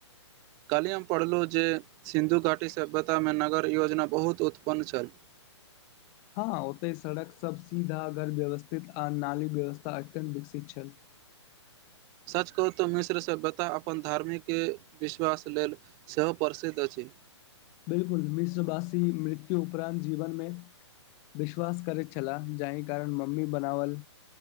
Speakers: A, on the right; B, on the left.
A: काल्हि हम पढ़लहुँ जे सिन्धु घाटी सभ्यतामे नगर-योजना बहुत उन्नत छल।
B: हँ, ओतऽ सड़कसभ सीधा आ व्यवस्थित, आ नाली व्यवस्था अत्यन्त विकसित छल।
A: सच कहू तऽ मिश्र सेहो अपन धार्मिक विश्वास लेल। सेहो प्रसिद्ध अछि।
B: बिल्कूल मिश्र भाषि मृत्यु उपरांत जीवन मे विश्वास करैत छल जाहि कारण मम्मी बनाओल